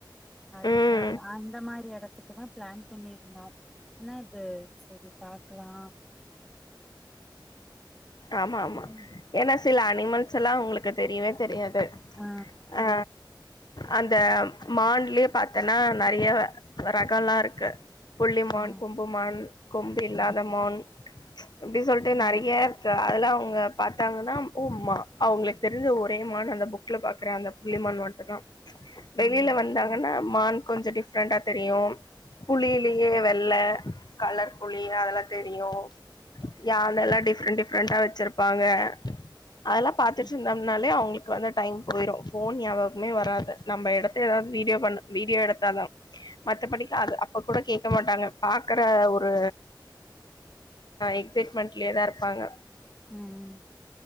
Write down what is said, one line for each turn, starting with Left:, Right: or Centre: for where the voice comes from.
Centre: அதுக்காக
Left: ம்
Centre: அந்த மாரி இடத்துக்கு தா பிளான் பண்ணிருந்தோஆனா அது செரி பாக்கலா
Left: ஆமா ஆமா
Centre: ம்
Left: ஏன்னா சில அனிமல்ஸ் எல்லா உங்களுக்கு எனக் தெரியவே தெரியாது து
Centre: ஆ
Left: ஆ அந்த மான்லயே பாத்தேன்னா நறைய ரகோ எல்லா இருக்கு புள்ளி மான்
Centre: ஆ
Left: கொம்பு மான் கொம்பு இல்லாத மான் இப்டி சொல்டு
Centre: ம்
Left: நிறைய அதெல அவங்க பார்த்தாங்கன்னா உமா அவங்களுக்கு தெரிஞ்ச ஒரே மான் அந்த புக்ல பாக்குறேன் அந்த புள்ளி மான் மட்டு தான் வெளியில
Centre: ஆ ம்
Left: வந்தாங்கன்னா மான் கொஞ்சம் டிஃப்ரெண்டா தெரியும் புலிலயே வெள்ள கலர் புலி அதெல்லாம் தெரியும் யானல்ல டிஃப்ரெண்ட் டிஃப் ரெண்டா வச்சிருப்பாங்க அதெல்ல பாத்துட்டு
Centre: ம்
Left: இருந்தோம்னாலே அவங்களுக்கு வந்து டைம் போயிரும் போன் நியாபகமே வராது நம்ம எடத்து ஏதாவது வீடியோ பண்ண வீடியோ எடுத்தாதான் மத்தபடிக்க அது அப்ப கூட கேட்க மாட்டாங்க பாக்குற ஒரு் எக்ஸைட்மெண்ட்லயதான் இருப்பாங்க
Centre: உம்